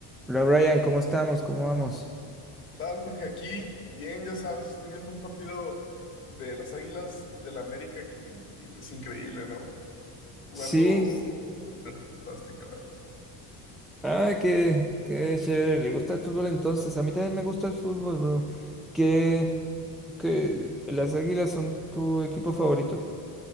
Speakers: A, in the centre; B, on the left.
A: Hola Brian, ¿cómo estamos? ¿Cómo vamos?
B: tal, Jorge? Aquí, bien, ya sabes, estoy viendo un partido de las Águilas del la América aquí y pues increíble, ¿no? Jugando
A: Sí,
B: de una manera <laughs> fantástica, la verdad.
A: ah, qué, qué chévere, le gusta el fútbol entonces. A mí también me gusta el fútbol, bro. ¿Qué, qué- las Águilas son tu equipo favorito?